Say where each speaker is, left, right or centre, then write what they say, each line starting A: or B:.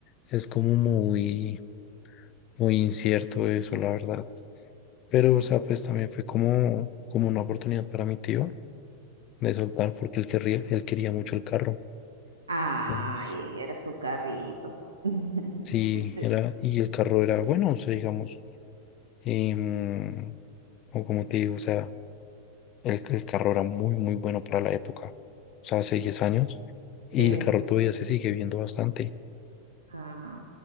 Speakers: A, on the left; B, on the right.
A: es como muy, muy incierto eso, la verdad. Pero, o sea, pues también fue como, como una oportunidad para mi tío de soltar porque él querría, él quería mucho el carro.
B: Ay,
A: Entonces,
B: era su carrito. <laughs>
A: sí,
B: Te-
A: era, y el carro era bueno, o sea, digamos, em, o como te digo, o sea, el, el carro era muy, muy bueno para la época, o sea, hace 10 años, y
B: Sí.
A: el carro todavía se sigue viendo bastante.
B: Ah,